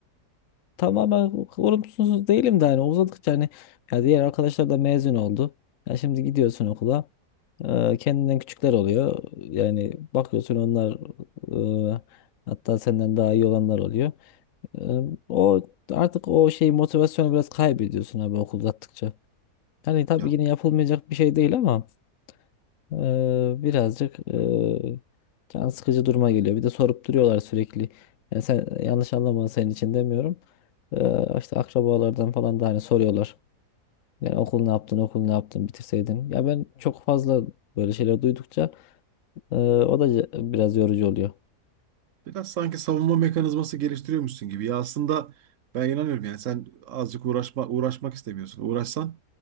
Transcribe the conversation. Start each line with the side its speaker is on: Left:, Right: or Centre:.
Left: tamamen olumsuz değilim de hani uzadıkça hani ya diğer arkadaşlar da mezun oldu. Ya şimdi gidiyorsun okula. e, kendinden küçükler oluyor. Yani bakıyorsun onlar e, hatta senden daha iyi olanlar oluyor. E, o artık o şey motivasyonu biraz kaybediyorsun abi okul uzattıkça. Hani tabii
Right: Ya
Left: yine yapılmayacak bir şey değil ama Eee, birazcık eee, can sıkıcı duruma geliyor. Bir de sorup duruyorlar sürekli. Yani sen yanlış anlama senin için demiyorum. Eee işte akrabalardan falan da hani soruyorlar. Yani okul ne yaptın, okul ne yaptın, bitirseydin. Ya ben çok fazla böyle şeyler duydukça eee, o da ce- biraz yorucu oluyor.
Right: Biraz sanki savunma mekanizması geliştiriyormuşsun gibi. Ya aslında ben inanıyorum yani sen azıcık uğraşma uğraşmak istemiyorsun. Uğraşsan